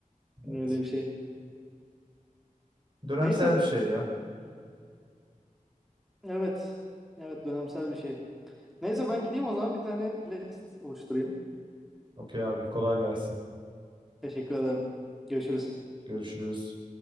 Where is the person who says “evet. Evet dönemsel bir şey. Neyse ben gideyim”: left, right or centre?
Centre